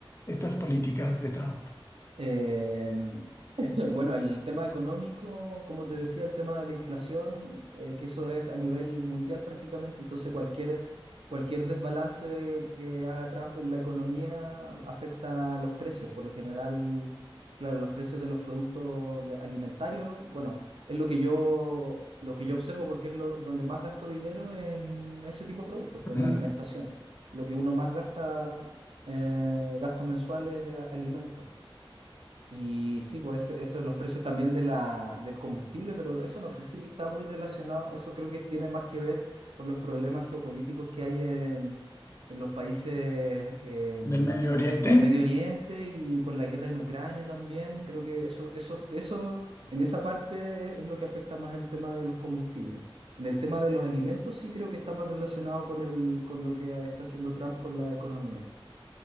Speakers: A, on the left (about 30°); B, on the right (about 85°).
A: estas políticas de Trump?
B: Eh, <laughs> bueno, el tema económico, como te decía, el tema de la inflación, eh, que eso es a nivel mundial prácticamente, entonces cualquier, cualquier desbalance que haga Trump en la economía afecta a los precios. Por lo general, claro, los precios de los productos de- alimentarios, bueno, es lo que yo, lo que yo observo porque es lo, donde más gasto dinero es en ese tipo de productos, pues
A: Ujú.
B: en alimentación. Lo que uno más gasta, eh, gastos mensuales, es alimentos. Y sí, pues eso, eso, los precios también de la, del combustible, pero eso no sé si está muy relacionado, eso creo que tiene más que ver con los problemas geopolíticos que hay en, en los países em,
A: ¿Del Medio Oriente?
B: del Medio Oriente y con la guerra en Ucrania también, creo que eso, eso, eso, en esa parte es lo que afecta más el tema de los combustibles. En el tema de los alimentos sí creo que está más relacionado con el, con lo que está haciendo Trump con la economía